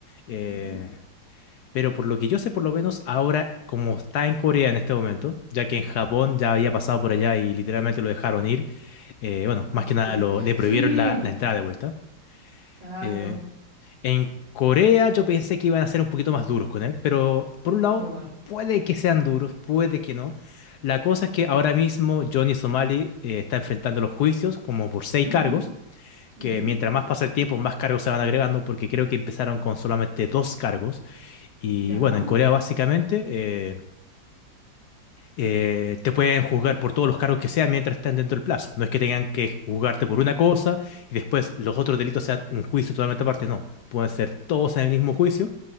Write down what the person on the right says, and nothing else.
ujú.
Sí,
sí,
sí,
exacto.
Yo igual.
Ujú,
ujú.
Ya.